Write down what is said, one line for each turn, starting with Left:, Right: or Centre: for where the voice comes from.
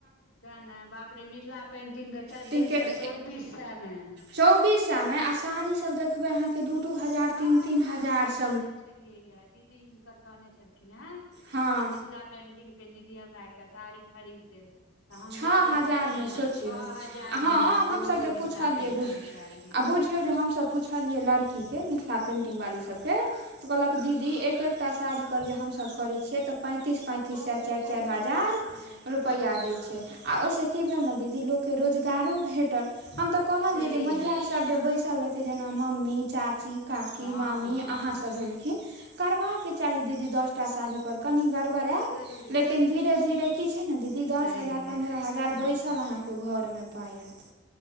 Left: तें ने बाप रे मिथिला पेंटिग के चद्दर
Right: तिनकेत
Left: सब चौबीस सए मे
Right: चौबीस सै में आ साड़ी सब देखबै अहाँ के
Left: वाह
Right: दू दू हजार
Left: छओ
Right: तीन तीन हजार
Left: मे हम
Right: से
Left: लेने छेलियै दीदी हिनकर कहने छलखिन हैं
Right: हँ
Left: जे मिथिला पेंटिग के निधी हमरा एकटा साड़ी खरीद देब तऽ हम
Right: छओ
Left: लेलियै
Right: हजारमे
Left: दरभंगामे
Right: सोचियौ
Left: छ हजारमे
Right: हँ
Left: लेलियै पुरे
Right: हमसभ जे
Left: मिथिला
Right: पुछलियै
Left: पेंटिग
Right: बुझ
Left: कैल दीदी
Right: आ बुझियौ
Left: ले
Right: जे
Left: नेने
Right: हमसभ
Left: छलियैन
Right: पुछलियै लड़कीके मिथिला पेंटिग वाली सब के तऽ कहलक दीदी एक एक टा साड़ी पर जे हम सब करइ छियै तऽ पा तीस पैंतीस
Left: बहुत
Right: सर चारि
Left: बहुत
Right: चारि हजार
Left: होइ छै
Right: रुपइया दै छय। आ ओहिसँ की भेल ने दीदी लोकके रोजगारो भेटल हम तऽ कहलियै
Left: छैहे
Right: जे महिला सभ जे बैसल रहे छै जेना मम्मी, चाची, काकी,
Left: हँ
Right: मामी,
Left: हँ
Right: अहाँसभ भेलखिन करबा के चाही दीदी दसटा साड़ी पर तनि गरबडेत
Left: बहुत जरूरी
Right: लेकिन
Left: छै
Right: धिरे धिरे कि छैने दस
Left: छैहे
Right: हजार पन्द्रह हजार
Left: छैहे
Right: बैसल अहाँके के घर मे पाइ ऐत